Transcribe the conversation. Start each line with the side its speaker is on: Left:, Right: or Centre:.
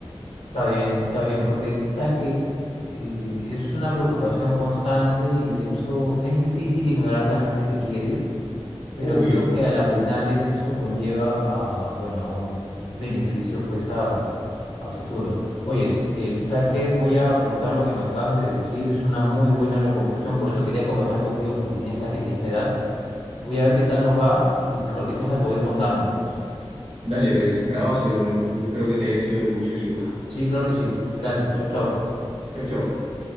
Left: está bien, está bien, porque sabes que eh, es una preocupación constante y de hecho es difícil ignorar la gente que quieres. Pero
Right: Obvio,
Left: creo que a la
Right: obvio.
Left: final es- eso conlleva a, bueno, a un beneficio pues a, a futuro. Oye, est- eh, ¿sabes qué? Voy a apuntar lo que me acabas de decir, es una muy buena recomendación, por eso quería conversar contigo porque tienes casi la misma edad. Voy a ver qué tal nos va y cualquier cosa te voy contando, pues.
Right: Dale, pues, bravazo igual. Espero que te haya sido de mucha ayuda.
Left: Sí, claro que sí. Gracias. Chao, chao.
Right: <laughs> Chau, chau.